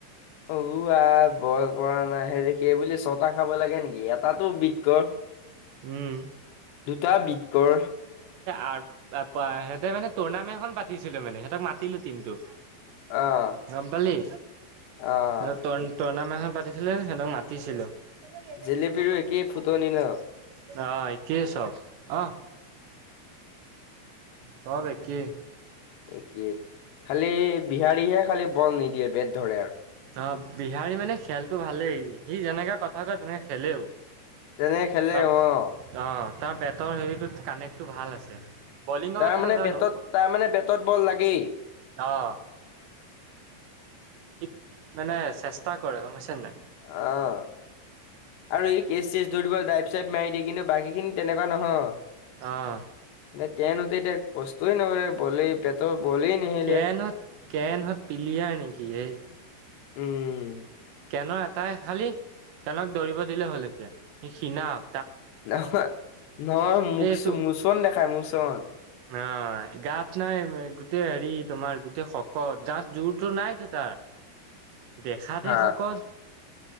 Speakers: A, on the left; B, on the right.
A: উ আই এ বল পৰা নাই, সেই বুলি ছটা খাব লাগে নেকি, ইয়াত এটাতো বিত কৰ।
B: উম।
A: টা বিতকৰ।
B: আৰ স পা ইহঁতে মানে টুৰ্ণামেন্ট খন পাতিছিলে মানে, সেহঁতক মাতিলো টিমটো।
A: অ'
B: গম পালি?
A: অ'
B: সেহতি টৰ টৰ্ণামেট এখন পাতিছিলে সিহতক মাতিছিলো। অহ,
A: জেলেপীৰো একেই ফুটনি ন
B: একেই চব অহ। চব একেই।
A: একেই খালি বিহাৰীহে খালি বল নিদিয়ে বেট ধৰে আৰু।
B: অ', বিহাৰী মানে খেলটো ভালেই সি যেনেকে কথা কয় তেনেকে খেলেও।
A: তেনেকে খেলেও
B: তাৰ
A: অহ।
B: অঁ তাৰ বেটৰ হেৰিটোত কানেক্টটো ভাল আছে। বলিঙৰ
A: তাৰমানে
B: কথা নাজানো
A: বেটত, তাৰমানে বেটত বল লাগেই।
B: অহ। ঠিক মানে চেষ্টা কৰে গম পাইছে নে নাই।
A: অহ। আৰু ই কেচ চেচ ধৰিবলৈ ড্ৰাইপ চাইপ মাৰি দিয়ে, কিন্তু বাকীখিনি তেনেকুৱা নহয়।
B: অহ।
A: এ কেন হতে এতিয়া কষ্টই নকৰে, বলেই বেটৰ বলেই নেহেলে
B: কেনহত, কেনহত পিলিয়াৰ নেকি এই।
A: উম।
B: কেনৰ এটাই, খালি কেনক দৌৰিব দিলেই হ'ল এতিয়া, সি খিনাওক।
A: নহয়, নহয় মুচ
B: এইটো
A: মোচন দেখাই মোচন।
B: অ', গাত নাই গোটেই হেৰি তোমাৰ গোটেই শকত, গাত জোৰতো নাইতো তাৰ।
A: <unintelligible>
B: দেখাত
A: হা
B: হে শকত।